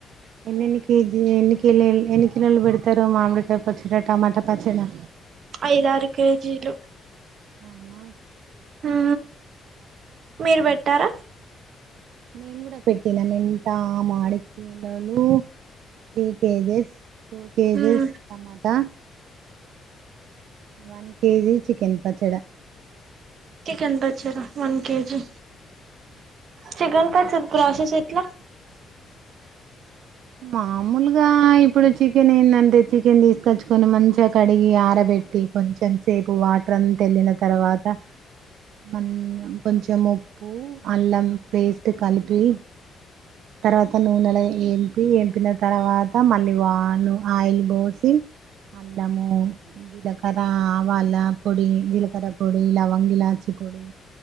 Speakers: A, on the right; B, on the right.
A: ఎన్నెన్ని కేజీ ఎన్ని కిలేలు ఎన్ని కిలోలు పెడతారు మామిడికాయ పచ్చడి టమాటా పచ్చడి
B: ఐదారు కేజీలు
A: అవునా
B: ఉ మీరు పెట్టారా
A: మేము కూడా పెట్టినాం ఎంత మాడి కిలోలు త్రీ కేజెస్ టూ కేజెస్
B: మ్మ్
A: టమాటా వన్ కేజీ చికెన్ పచ్చడా
B: చికెన్ పచ్చడా వన్ కేజి చికన్ పచ్చడి ప్రాసెస్ ఎట్లా
A: మామూలుగా ఇప్పుడు చికెన్ ఎందంటే చికెన్ తీసుకొచ్చుకొని మంచిగా కడిగి ఆరబెట్టి కొంచెం సేపు వాటర్ అంతేల్లిన తర్వాత మందా కొంచెం ఉప్పు అల్లం పేస్ట్ కలిపి తర్వాత నూనల ఏం పి ఎంపిన తర్వాత మళ్ళీ వాను ఆయిల్ పోసి అల్లము జీలకర ఆవాల పొడి జీలకర్ర పొడి లవంగ ఇలాచి పొడి